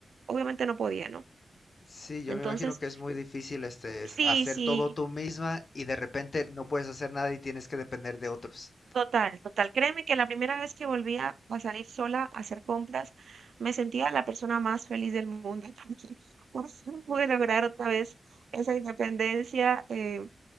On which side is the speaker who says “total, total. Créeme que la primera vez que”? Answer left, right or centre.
Right